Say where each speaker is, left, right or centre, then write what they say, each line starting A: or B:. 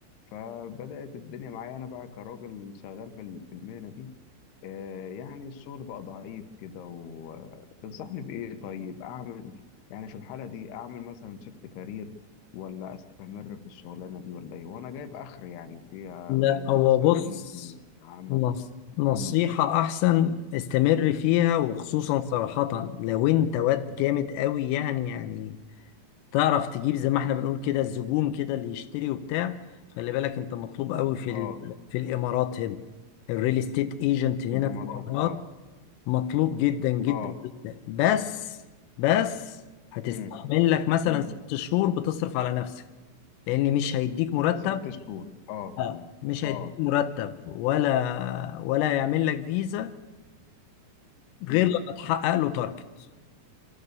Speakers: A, on the left; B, on the left.
A: فبدأت الدنيا معايا أنا بقى كراجل شغال في ال- في المهنة دي آه، يعني الشغل بقى ضعيف كده وتنصحني بإيه طيب أعمل يعني في الحالة دي أعمل مثلا شيفت كارير ولا أستمر في الشغلانة دي ولا إيه وأنا جايب آخر يعني فيها
B: لا
A: من
B: هو
A: مصاريف
B: بص
A: من عمل
B: نص- نصيحة
A: امم
B: احسن استمر فيها وخصوصا صراحة لو انت واد جامد قوي يعني يعني تعرف تجيب زي ما احنا بنقول كده الزبون كده اللي يشتري وبتاع خلي بالك انت مطلوب قوي في
A: آه
B: ال... في الامارات هنا الريل استيت ايجنت هنا
A: في الإمارات
B: في الامارات
A: آه
B: مطلوب جدا جدا
A: آه
B: جدا بس بس هتستحمل
A: امم
B: لك مثلا
A: امم
B: ست شهور بتصرف على نفسك لان مش هيديك مرتب
A: ست شهور آه
B: آه. مش هيديك
A: آه
B: مرتب ولا ولا يعمل لك فيزا غير
A: امم
B: لما تحقق له تارجت